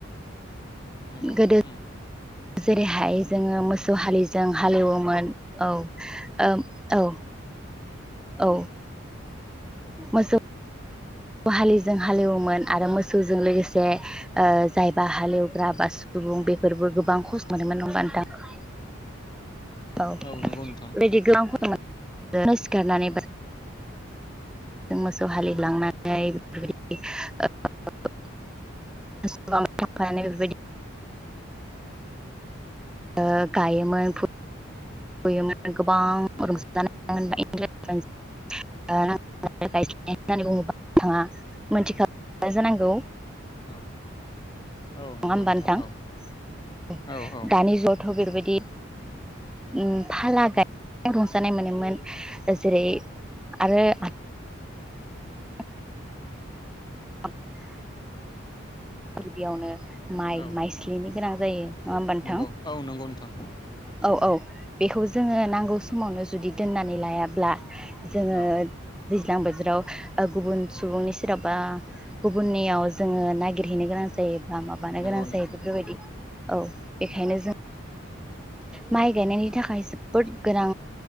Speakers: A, on the left; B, in the centre.
A: नंगौ
B: गोदो
A: उम
B: जेरैहाय जोङो मोसौ हाललिजों हालेवोमोन औ उम औ <inaudible> औ मोसौ। हालिजों हालेवोमोन आरो मोसौजों लोगोसे ओ जायबा हालेवग्रा ब सुबुं बेफोरबो गोबां खस्थ' मोनोमोन नङा होमबा नोंथां
A: <inaudible>
B: औ
A: नंगौ नोंथां
B: बेदि फुङावनो सिखारनानै मोसौ हालि लांनानै बेफोरबायदि <unintelligible> ओ गायोमोन फु बुयोमोन गोबां
A: नंगौ
B: रंजानाय होननानै
A: औ
B: बुङोबा नोंथाङा मिथिख म जानांगौ
A: औ औ नंगौ
B: नङा होनोमबानोथां
A: नोंथां औ औ औ
B: दानि जुगावथ' बेफोरबायदि उम फाला गायनाय रंजानाय मोनोमोन जेरै आरो <unintelligible> <unintelligible> गिबियावनो माइ
A: औ
B: माइस्लिनि गोनां जायो नङा होमबानो
A: नंगौ औ नंगौ नोंथां।
B: औ औ बेखौ जोङो नांगौ समावनो जुदि दोननानै लायाब्ला जोङो
A: औ
B: दैज्लां बोथोराव गुबुन सुबुंनि सेराव बा गुबुननियाव जोङोनाय नागिरहैनो गोनां जायो बा माबानो
A: नंगौ
B: गोनां
A: नोंथां
B: जायो बेफोरबायदि औ बेखायनो जों
A: <unintelligible>
B: माइ गायनायनि थाखाय जोबोद गोनां